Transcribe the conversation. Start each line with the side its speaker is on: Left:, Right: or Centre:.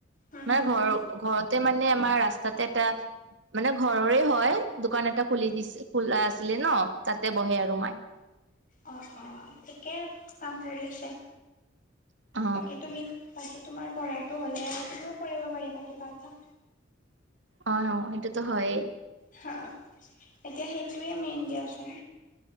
Left: হুম
Right: মানে
Left: হুম
Right: ঘৰ ঘৰতে মানে আমাৰ ৰাস্তাতে এটা মানে ঘৰৰে হয়, দোকান এটা খুলি দিছে খোলা আছিলে ন, তাতে বহে আৰু মায়।
Left: অ'হ, অ'হ ঠিকে কাম কৰি আছে।
Right: অ
Left: বাকী তুমি বাকী তোমাৰ পঢ়াটো হ'লে আৰু তুমিও কৰিব পাৰিবা কিবা এটা।
Right: অ অ সেইটোটো হয়েই।
Left: হা এতিয়া সেইটোয়ে মেইন দিয়াচোন।